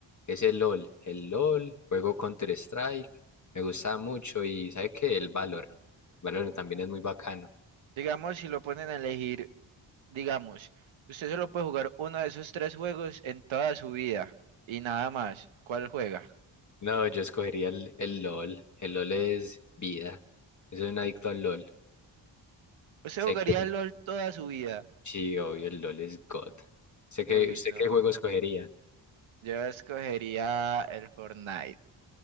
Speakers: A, on the left; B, on the right.
A: ese LOL, el LOL, juego Counter-Strike, me gusta mucho y ¿sabe qué? El Valorant. Valorant también es muy bacano.
B: Digamos, si lo ponen a elegir Digamos, usted solo puede jugar uno de esos tres juegos en toda su vida y nada más. ¿Cuál juega?
A: No, yo escogería el, el LOL, el LOL es vida. Yo soy un adicto al LOL.
B: ¿Usted jugaría
A: Sé que
B: LOL toda su vida?
A: sí, obvio, el LOL es God. Sé que
B: Uy,
A: usted
B: no.
A: qué juego escogería,
B: Yo escogería el Fortnite